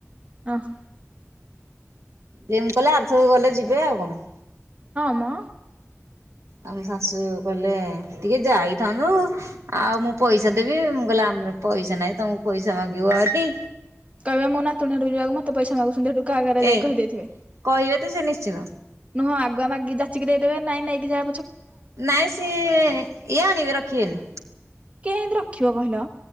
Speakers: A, on the right; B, on the right.
A: ଅ ହ।
B: ଯେମି କହିଲେ ଆରଥରକୁ ଗଲେ ଯିବେ ଆଉ କଣ।
A: ହ ମ।
B: ଆମ ଶାଶୁ କହିଲେ ଟିକେ ଯାଇଥାନ୍ତୁ ଆଉ ମୁଁ ପଇସା ଦେବି ମୁଁ କହିଲି ଆ ଆମର ପଇସା ନାହିଁ ତମକୁ ପଇସା ମାଗିବ ଏବେ।
A: କହିବେ ମୋ ନାତୁଣୀ ଘରକୁ ଯିବାକୁ ମତେ ପଇସ ମାଗୁଛନ୍ତି ସେଠୁ କା ଆଗେରେ ଯାଇ
B: ଏ
A: କହିଦେଇଥିବେ।
B: କହିବେ ତ ସେ ନିଶ୍ଚିନ୍ତ
A: ନୁହଁ ଆଗୁଆ ମାଗି ଯାଚି କି ଦେଇ ଦେବେ ନାଇଁ ନେଇକି ଯହା
B: ନାଇଁ ସି ଇଏ ଆଣିବେ ରଖିବେନି।
A: କିଏ ହେନ୍ତି ରଖିବ କହିଲ?